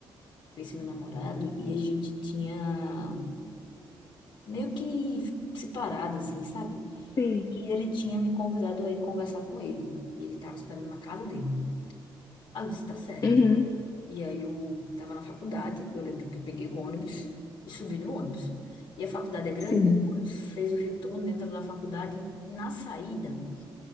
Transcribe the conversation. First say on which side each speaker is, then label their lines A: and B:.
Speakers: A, on the left; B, on the left.
A: com esse meu namorado e a gente tinha meio que separado, assim, sabe?
B: Sim.
A: E ele tinha me convidado a ir conversar com ele. E Ele estava esperando na casa dele. Ela disse, tá certo.
B: Uhum.
A: E aí eu tava na faculdade, eu lembro que eu peguei o ônibus e subi no ônibus. E a faculdade é grande,
B: Sim.
A: né? Quando fez o retorno dentro da faculdade, na saída,